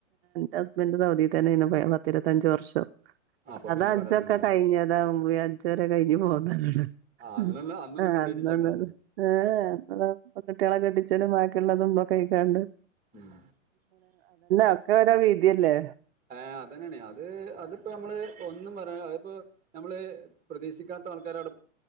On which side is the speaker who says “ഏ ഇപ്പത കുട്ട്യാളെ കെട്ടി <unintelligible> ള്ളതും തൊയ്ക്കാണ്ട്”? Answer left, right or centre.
Right